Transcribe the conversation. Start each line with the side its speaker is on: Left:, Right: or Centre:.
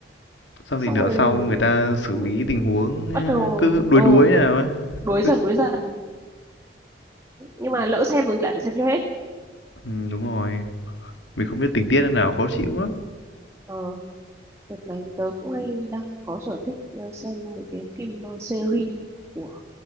Left: xong
Right: xong
Left: thì nửa
Right: rồi
Left: sau người ta xử
Right: ừ,
Left: lý tình huống ờ,
Right: bắt đầu
Left: cứ đuối
Right: ờ
Left: đuối nào á.
Right: đuối dần
Left: Cứ...
Right: đuối dần nhưng mà lỡ xem rồi thì lại phải xem cho hết
Left: Ừ, đúng rồi. Mình không biết tình tiết nào khó chịu á.
Right: ờ đợt này tớ cũng hay đang có sở thích ờ, xem mấy cái phim ờ, series của